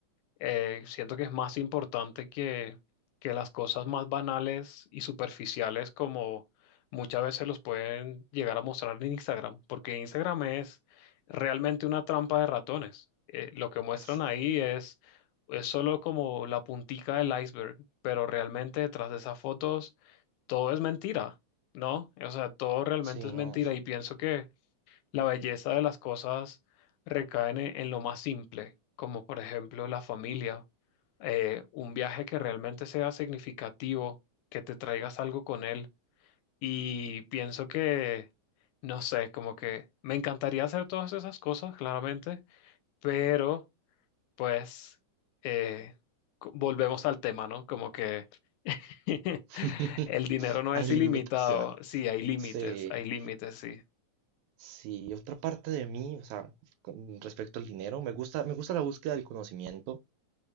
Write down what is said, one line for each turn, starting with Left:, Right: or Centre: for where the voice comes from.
Left: eh, siento que es más importante que, que las cosas más banales y superficiales como muchas veces los pueden llegar a mostrar en Instagram, porque Instagram es realmente una trampa de ratones. Eh, lo que muestran
Right: Sí,
Left: ahí es, es solo como la puntica del iceberg, pero realmente detrás de esas fotos todo es mentira, ¿no? O sea, todo realmente
Right: sí,
Left: es mentira
Right: no.
Left: y pienso que la belleza de las cosas recae en, en lo más simple, como por ejemplo la familia, eh, un viaje que realmente sea significativo, que te traigas algo con él. Y pienso que, no sé, como que me encantaría hacer todas esas cosas, claramente, pero pues eh, co- volvemos al tema, ¿no? Como que <laughs>
Right: <laughs>
Left: el dinero no
Right: Hay
Left: es
Right: limitaciones.
Left: ilimitado, sí, hay límites,
Right: Sí,
Left: hay límites, sí,
Right: sí. Otra parte de mí, o sea, con respecto al dinero, me gusta, me gusta la búsqueda del conocimiento.